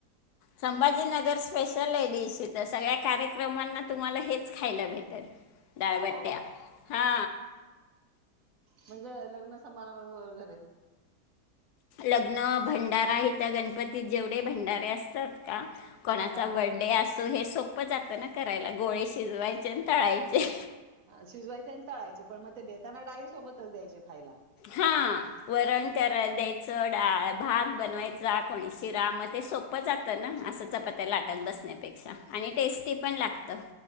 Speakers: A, on the left; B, on the right.
A: संभाजीनगर स्पेशल ये डिश तर सगळ्या कार्यक्रमांना तुम्हाला हेच खायला भेटल दाळबट्टया
B: हो
A: हा
B: म्हणजे लग्न समारंभ व घरे
A: लग्न भंडारा हित गणपतीत जेवढे भंडारे असतात का कोणाचा
B: हा
A: बर्थडे
B: हा
A: असो हे सोप प्प जातं ना करायला गोळे शिजवायचे आणि तळायचे
B: शिजवायचे आणि तळायचे पण मग ते देताना डाळी सोबतच द्यायचे खायला
A: हा वरण
B: हं.
A: करा द्यायचं डाळ भात बनवायचा कोणी शिरा म ते सोप सोप्प जातं ना असं चपात्या लाटत बसण्यापेक्षा आणि टेस्टी पण लागत